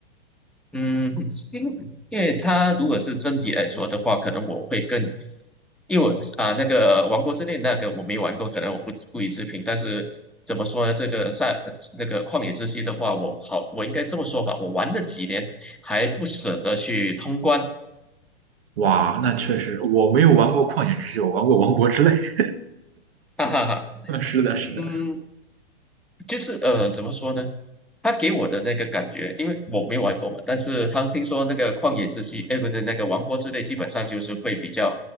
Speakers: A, in the centre; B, on the right.
A: 嗯，因因为它如果是真题来说的话，可能我会更，因为我啊那个《王国之泪》那个我没玩过，可能我不不予置评。但是怎么说呢？这个赛那个旷野之息的话，我好，我应该这么说吧，我玩了几年还不舍得去通关，
B: 哇，那确实，我没有玩过《旷野之息》，我玩过《王国之泪》<laughs>。
A: 哈哈哈。
B: 是的，是的，
A: 嗯，就是呃，怎么说呢？他给我的那个感觉，因为我没玩过嘛，但是他听说那个旷野之息，哎，不对，那个王国之泪，基本上就是会比较